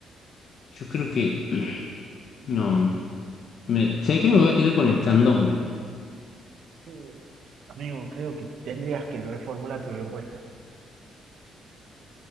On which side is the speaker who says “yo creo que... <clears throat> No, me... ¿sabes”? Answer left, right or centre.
Left